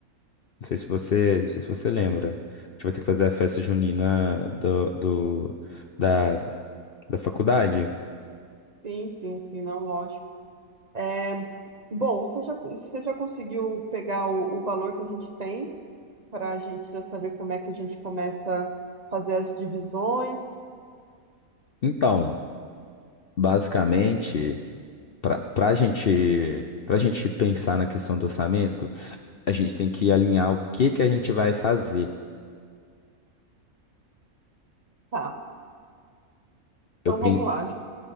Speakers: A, on the left; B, on the right.
A: Não sei se você, não sei se você lembra. A gente vai ter que fazer a festa junina do, do- da, da faculdade.
B: Sim, sim, sim, não, lógico. É, bom, você já, você já conseguiu pegar o, o valor que a gente tem para a gente já saber como é que a gente começa a fazer as divisões?
A: Então, basicamente, para a gente, para gente pensar na questão do orçamento a gente tem que alinhar o que que a gente vai fazer.
B: Tá, então
A: Eu pen...
B: vamos lá.